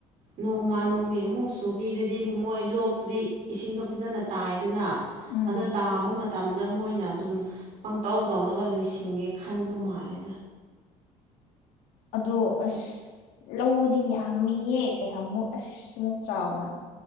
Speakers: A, on the right (about 60°); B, on the left (about 80°).
A: ꯅꯣꯡꯃ ꯅꯣꯡꯅꯤ ꯑꯃꯨꯛ ꯆꯨꯕꯤꯔꯗꯤ ꯃꯣꯢ ꯂꯣꯛꯇꯗꯤ ꯏꯁꯤꯡꯗꯣ ꯐꯖꯅ ꯇꯥꯏꯌꯦꯗꯅ
B: ꯎꯝ
A: ꯑꯗꯣ ꯇꯥꯕ ꯃ ꯇꯝꯗ ꯃꯣꯢꯅ ꯑꯗꯨꯝ ꯄꯪꯇꯧ ꯇꯧꯔꯒ ꯂꯣꯢꯁꯤꯟꯒꯦ ꯈꯟꯕ ꯃꯥꯜꯂꯤ
B: ꯑꯗꯣ ꯑꯁ ꯂꯧꯗꯤ ꯌꯥꯝꯃꯤꯌꯦ ꯀꯌꯥꯃꯨꯛ ꯑꯁ ꯃꯨꯛ ꯆꯥꯎꯅ